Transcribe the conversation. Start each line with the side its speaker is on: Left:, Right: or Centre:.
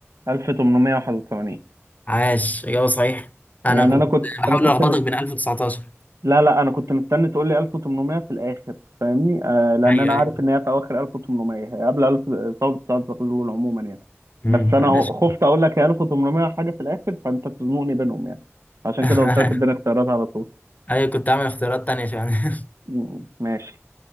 Right: 1881
Left: عاش إجابة صحيحة
Right: يعني
Left: أنا كنت
Right: انا كنت
Left: بحاول
Right: انا كنت
Left: ألخبطك
Right: مست...
Left: بين 1019
Right: لا لا انا كنت مستني تقول لي 1800 في الاخر فاهمني آه لان
Left: ايوه
Right: انا عارف
Left: ايوه
Right: ان هي في اواخر 1800 هي قبل 1000 ثورة سعد زغلول عموما يعني
Left: امم
Right: بس انا
Left: احنا ش...
Right: خفت اقول لك هي 1800 حاجة في الاخر فانت تزنقني بينهم يعني عشان
Left: <laughs>
Right: كده قلت لك اديني اختيارات على طول
Left: ايوه كنت عامل اختيارات تانية عشان <laughs>
Right: م- ماشي